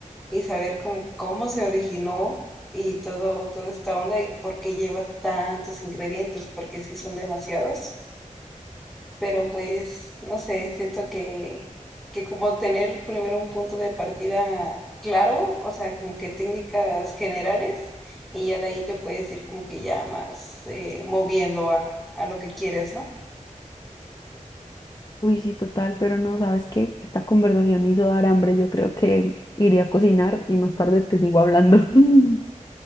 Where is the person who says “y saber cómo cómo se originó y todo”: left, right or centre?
Centre